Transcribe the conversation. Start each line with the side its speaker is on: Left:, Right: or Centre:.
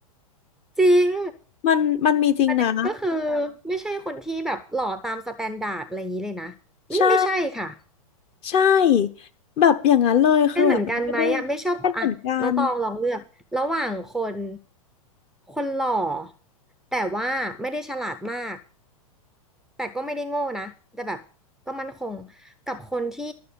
Centre: จริง
Left: มันมันมีจริงนะ
Centre: ประเด็นก็คือไม่ใช่คนที่แบบหล่อตามสแตนดาร์ดอะไรอย่างนี้เลยนะไม่ไม่ใช่ค่ะ
Left: ใช่ใช่แบบอย่างนั้นเลยคือแบบมันไม่ได้
Centre: เป็นเหมือนกันไหมอ่ะไม่ชอบคนอ่ะน้องตองลองเลือกระหว่างคน
Left: เป็นเหมือนกัน
Centre: คนหล่อแต่ว่าไม่ได้ฉลาดมากแต่ก็ไม่ได้โง่นะแต่แบบก็มั่นคงกับคนที่